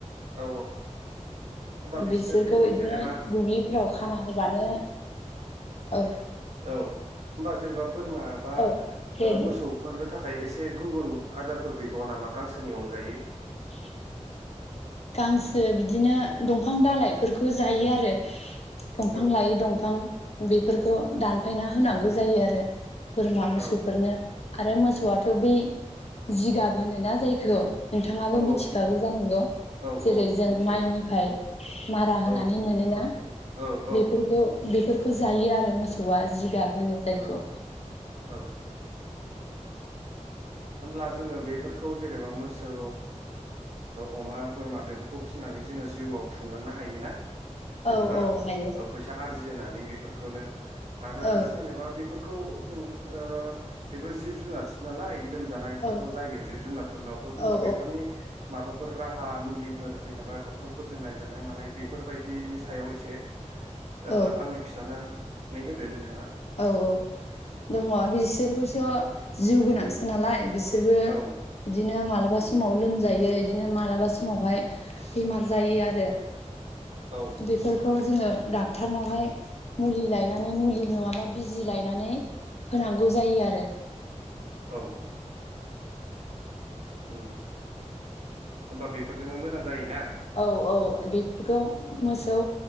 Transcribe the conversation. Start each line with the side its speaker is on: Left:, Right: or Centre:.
Right: औ होमबा बिसोरनो
Left: बिसोरखौ
Right: गुबुन
Left: बिदिनो
Right: जेनेबा
Left: दुब्लिफोराव खाना होबानो औ
Right: औ होमबा जेनेबा बोरमा बा
Left: औ दे
Right: ओ
Left: बुं
Right: मोसौफोर थाखाय एसे गुबुन आदारफोर गैबावा नामा गांसोनि अनगायै
Left: <unintelligible> गांसो बिदिनो दंफां दाालइफोरखौ जायो आरो दंफां
Right: औ
Left: लायो दंफां बेफोरखौ दानफायना होनांगौ जायो आरो बोरमा मोसौफोरनो
Right: औ
Left: आरो मोसौआथ बै जिगाब होनोना जायखौ नोंथाङाबो
Right: औ
Left: मिथिखागौ जानांगौ
Right: औ
Left: जेरै
Right: औ
Left: जों
Right: मिथियो
Left: माइनिफ्राय मारा होनानै
Right: औ
Left: मोनोना
Right: औ औ
Left: बेफोरखौ बेफोरखौ जायो आरो मोसौआ जिगाब होनो जायखौ।
Right: औ औ होमब्ला जोङो बेफोरखौ जेनेबा मोसौ अमा बोरमा बेफोरखौ फिसिनानै जोङो जिउआव खुंलांनो हायो ना। जेनेबा
Left: औ औ हायो
Right: फैसा आरजिनानै बेर। खौनो। आरो
Left: औ
Right: जेनेबा बे फोरखौ जेने ओ बेबो जिब जुनारसो नालाय लोमजा जानायफ्राथ'
Left: औ
Right: जायो जिब जुनारफोरनावबो होमबा
Left: औ
Right: बेफोरनि माबाफोर राहा मुलिफोर जेनेबा डक्टरफोरजों नायजानाय मानाय बेफोरबायदिनि सायाव एसे ओ
Left: औ
Right: आंनो खिथानो नै होदो नोंथाङा
Left: औ औ दङ बिसोरबोस' जिउ गोनांसो नालाय बिस बिसोरबो
Right: औ
Left: इदिनो मालाबासो समाव लोमजायो इदिनो मालाबा समावहाय बेमार जायो आरो
Right: औ
Left: बेफोरखौ जोङो डाक्टारनावहाय मुलि लनानै मुलि नङा बा बिजि लायनानै होनांगौ जायो आरो
Right: औ। उम होनोमबा बेफोरजोंनो मोजां जायोना
Left: औ औ बेफोरखौ मोसौ